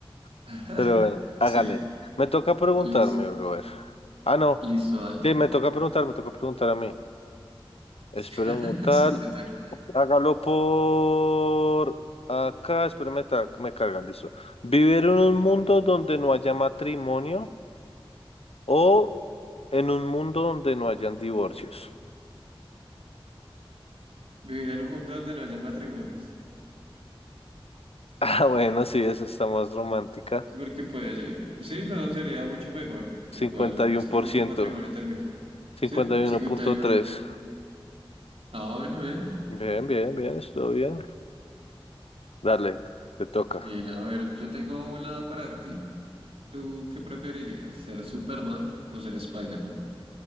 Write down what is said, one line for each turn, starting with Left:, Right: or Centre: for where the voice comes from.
Left: <laughs>
Right: <laughs>
Left: pero bueno,
Right: Sí,
Left: hágale. Me toca preguntarme,
Right: lis-
Left: brother. Ah, no.
Right: listo, dale.
Left: Sí, me toca preguntar, me toca preguntar a mí. Espero
Right: <laughs>
Left: preguntar.
Right: Sí, te toca.
Left: Hágalo por acá. Espérame, ta- me carga, listo. ¿Vivir en un mundo donde no haya matrimonio o en un mundo donde no hayan divorcios?
Right: Vivir en un mundo donde no haya matrimonios.
Left: Ah, bueno, sí, esa está más romántica.
Right: Sí, porque pues, eh, sí, no, sería mucho mejor.
Left: Cincuenta
Right: Igual,
Left: cincuenta y
Right: es
Left: y por
Right: que mucho
Left: ciento,
Right: matrimonio termina.
Left: cincuenta
Right: Sí,
Left: y
Right: cincuenta
Left: uno punto
Right: y uno
Left: tres.
Right: Ah, bueno, bien.
Left: Bien, bien, bien, estuvo bien. Dale, te toca.
Right: Bien, a ver, yo tengo una para ti. ¿Tú qué preferirías? ¿Ser Superman o ser Spider-Man?